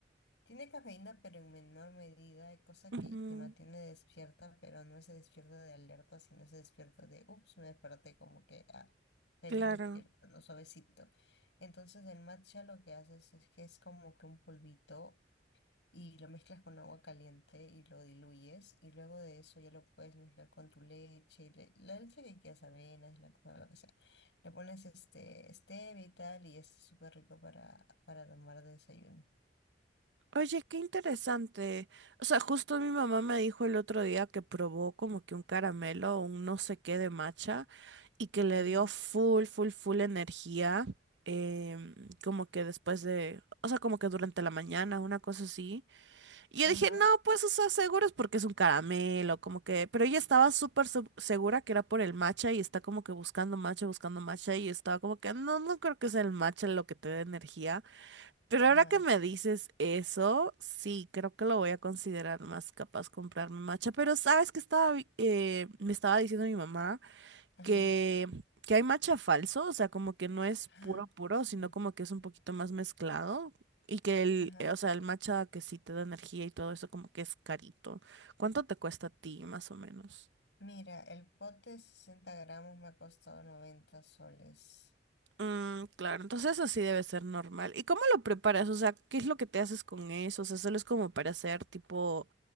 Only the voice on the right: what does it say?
ujú.
Claro.
Oye, qué interesante. O sea, justo mi mamá me dijo el otro día que probó como que un caramelo un no sé qué de matcha y que le
dio full, full, full energía, em, como que después de, o sea, como que durante la mañana, una cosa así. Y
yo dije, no, pues, o sea, seguro es porque es un caramelo, como que, pero ella estaba súper su- segura que era por el matcha y está como que buscando matcha, buscando matcha y estaba como que, no, no creo que sea el matcha lo que te dé energía. Pero
ahora que me dices eso, sí, creo que lo voy a considerar más capaz comprarme matcha. Pero sabes que estaba, vi- eh, me estaba diciendo mi mamá
que, que hay matcha falso, o sea, como que no es
puro puro,
sino como que es un poquito más mezclado. Y que el,
eh, o sea, el matcha que sí te da energía y todo eso, como que es carito. ¿Cuánto te cuesta a ti, más o menos?
Mm, claro, entonces eso sí debe ser normal. ¿Y cómo lo preparas? O sea, ¿qué es lo que te haces con eso? O sea, solo es como para hacer tipo